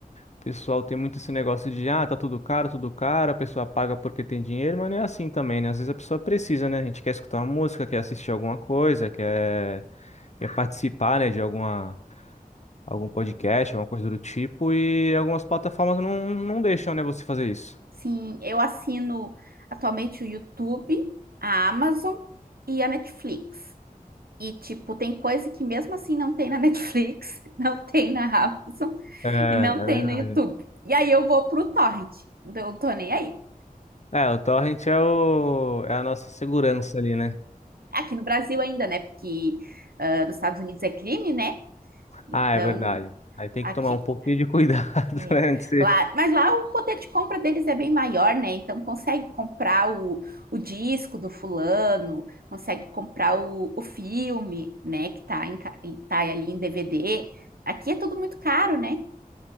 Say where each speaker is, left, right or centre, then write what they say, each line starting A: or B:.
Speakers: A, on the left; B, on the right.
A: o pessoal tem muito esse negócio de, ah, tá tudo caro, tudo caro, a pessoa paga porque tem dinheiro, mas não é assim também, né? Às vezes a pessoa precisa, né? A gente quer escutar uma música, quer assistir alguma coisa, quer, quer participar, né, de alguma. Algum podcast, alguma coisa do tipo, e algumas plataformas não, não deixam, né, você fazer isso.
B: Sim, eu assino atualmente o YouTube, a Amazon e a Netflix. E, tipo, tem coisa que mesmo assim não tem na Netflix, <laughs> não tem na Amazon
A: É, é
B: e não tem
A: verdade.
B: no YouTube. E aí eu vou pro torrent. Então eu tô nem aí.
A: É, o torrent é, o, é a nossa segurança ali, né?
B: Aqui no Brasil ainda, né? Porque ah, nos Estados Unidos é crime, né? Então,
A: Ah, é verdade. Aí tem
B: aqui,
A: que tomar um pouquinho de cuidado,
B: É,
A: <laughs> né? antes de-
B: Lá, mas lá o poder de compra deles é bem maior, né? Então consegue comprar o, o disco do fulano, consegue comprar o, o filme, né? Que tá, em, ca- em- tá ali em DVD. Aqui é tudo muito caro, né?